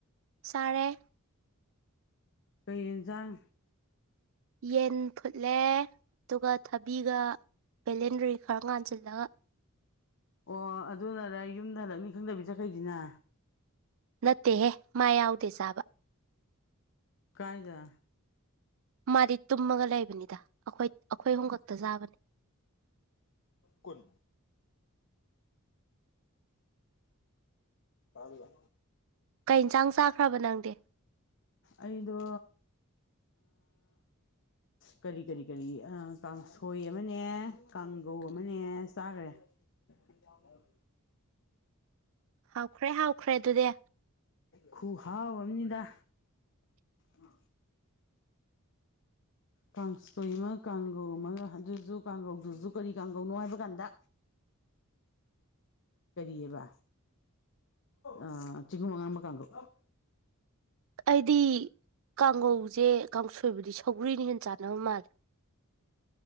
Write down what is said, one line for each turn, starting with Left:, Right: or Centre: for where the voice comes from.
Right: ꯆꯔꯦ
Left: ꯀꯟꯖꯥꯡ
Right: ꯌꯦꯟ ꯐꯨꯠꯂꯦ ꯑꯗꯨꯒ ꯊꯕꯤꯒ ꯕꯦꯂꯦꯟꯗ꯭ꯔꯤ ꯈꯔ ꯉꯥꯟꯁꯤꯜꯂꯒ
Left: ꯑꯣ ꯑꯗꯨꯅꯔ ꯌꯨꯝꯗ ꯍꯜꯂꯛꯅꯤ ꯈꯪꯗꯕꯤ ꯆꯠꯈꯩꯁꯤꯅ
Right: ꯅꯠꯇꯦꯍꯦ ꯃꯥ ꯌꯥꯎꯗꯦ ꯆꯥꯕ
Left: ꯀꯌꯥ
Right: ꯃꯥꯗꯤ ꯇꯨꯝꯃꯒ ꯂꯩꯕꯅꯤꯗ ꯑꯩꯈꯣꯏ ꯑꯩꯈꯣꯏ ꯍꯨꯝꯀꯛꯇ ꯆꯥꯕꯅꯤ
Left: <inaudible> ꯇꯥꯕꯤꯕ
Right: ꯀꯩ ꯏꯟꯁꯥꯡ ꯆꯥꯈ꯭ꯔꯕ ꯅꯪꯗꯤ
Left: ꯑꯩꯗꯣ ꯀꯔꯤ ꯀꯔꯤ ꯀꯔꯤ ꯀꯥꯡꯁꯣꯏ ꯑꯃꯅꯦ ꯀꯥꯡꯒꯧ ꯑꯃꯅꯦ ꯆꯥꯈ꯭ꯔꯦ ꯌꯥꯣ
Right: ꯍꯥꯎꯈ꯭ꯔꯦ ꯍꯥꯎꯈ꯭ꯔꯦ ꯑꯗꯨꯗꯤ
Left: ꯈꯨꯍꯥꯎ ꯑꯃꯅꯤꯅꯤꯗ ꯃ ꯀꯥꯡꯁꯣꯏ ꯑꯃ ꯀꯥꯡꯒꯧ ꯑꯃꯒ ꯑꯗꯨꯁꯨ ꯀꯥꯡꯒꯧꯗꯨꯁꯨ ꯀꯔꯤ ꯀꯥꯡꯒꯧꯅꯣ ꯍꯥꯏꯕ ꯀꯥꯟꯗ ꯀꯔꯤꯌꯦꯕ ꯑ ꯆꯤꯡ ꯃꯉꯑ ꯑꯃ ꯀꯥꯡꯈ
Right: ꯑꯩꯗꯤ ꯀꯥꯡꯉꯧꯁꯦ ꯀꯥꯡꯁꯣꯏꯕꯗꯤ ꯁꯧꯒ꯭ꯔꯤꯅ ꯍꯦꯟꯅ ꯆꯥꯟꯅꯕ ꯃꯥꯜꯂꯦ